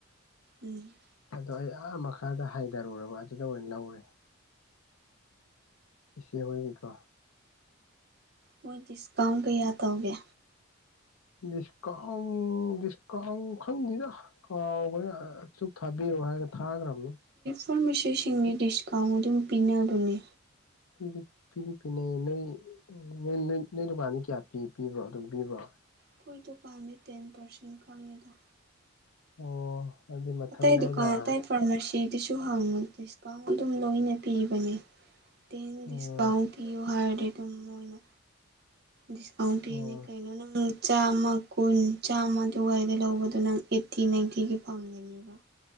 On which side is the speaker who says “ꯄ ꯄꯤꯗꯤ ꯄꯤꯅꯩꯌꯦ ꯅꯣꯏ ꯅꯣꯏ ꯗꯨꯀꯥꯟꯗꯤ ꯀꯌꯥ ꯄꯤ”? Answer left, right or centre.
Left